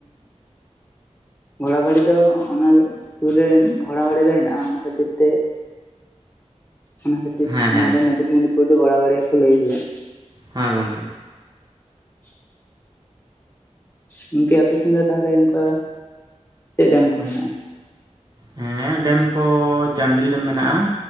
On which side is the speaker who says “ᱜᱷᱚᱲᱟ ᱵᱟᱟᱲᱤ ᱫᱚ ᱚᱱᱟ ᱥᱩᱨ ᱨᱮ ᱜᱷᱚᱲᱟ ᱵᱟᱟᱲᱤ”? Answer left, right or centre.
Left